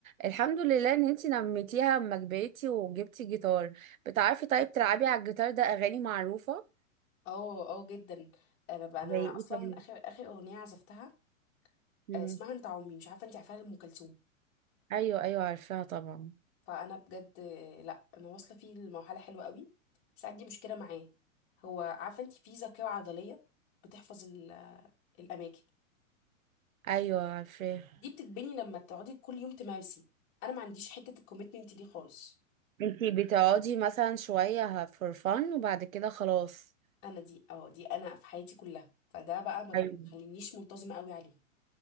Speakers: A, on the right; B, on the left.
A: الحمد لله ان انتي نميتيها اما كبرتي وجبتي جيتار بتعرفي طيب تلعبي على الجيتار ده اغاني معروفة
B: اه اه جدا انا بقى انا
A: زي ايه
B: اصلا
A: طيب
B: اخر اخر اغنيه عزفتها
A: مم.
B: آه، اسمها انت عمي مش عارفه انت عارفاها لام كلثوم
A: ايوه ايوه عارفاها طبعا
B: فانا بجد آه، لا انا واصله فيه لمرحله حلوه قوي بس عندي مشكله معاه هو عارفه انت في ذاكره عضليه بتحفظ ال- الاماكن
A: ايوه عارفاها
B: دي بتتبني لما تقعدي كل يوم تمارسي انا ما عنديش حته الكوميتمنت دي خالص
A: انتي بتقعدي مثلا شوية فور فن وبعد كده خلاص
B: انا دي اه دي انا في حياتي كلها فده بقى ما
A: ايوه
B: تخلينيش منتظمه قوي عليه